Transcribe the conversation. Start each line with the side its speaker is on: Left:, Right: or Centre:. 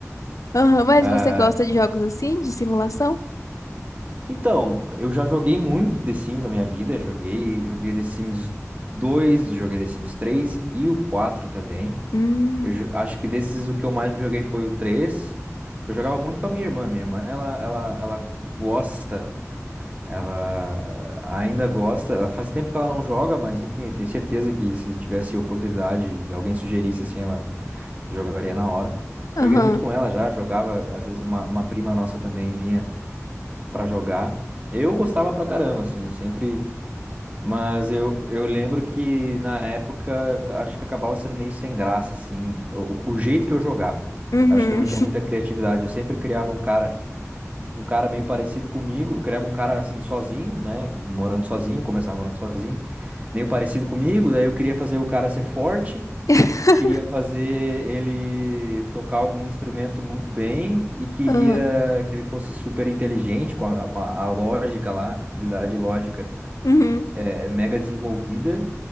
Left: Aham, mas
Right: Ah,
Left: você gosta de jogos assim, de simulação?
Right: então, eu já joguei muito The Sims na minha vida. Joguei, joguei The Sims 2, joguei The Sims 3 e o 4 também.
Left: Hum.
Right: Eu jo- acho que desses o que eu mais joguei foi o 3. Eu jogava muito com a minha irmã. Minha irmã, ela, ela, ela gosta. Ela ainda gosta, ela faz tempo que ela não joga, mas enfim, eu tenho certeza que se tivesse oportunidade e alguém sugerisse assim, ela jogaria na hora.
Left: Aham.
Right: Joguei muito com ela já, jogava, às vezes uma, uma prima nossa também vinha pra jogar. Eu gostava pra caramba, assim, eu sempre. Mas eu, eu lembro que na época acho que acabava sendo meio sem graça, assim, o, o jeito que eu jogava.
Left: Uhum.
Right: Acho que eu não tinha muita criatividade, eu sempre criava um cara um cara meio parecido comigo. Eu criava um cara assim sozinho, né? Morando sozinho, começava morando sozinho, meio parecido comigo. Daí eu queria fazer o cara ser forte,
Left: <laughs>
Right: queria fazer ele tocar algum instrumento muito bem e queria
Left: Aham.
Right: que ele fosse super inteligente com a, com a, a lógica lá, habilidade lógica
Left: Uhum.
Right: é, é mega desenvolvida.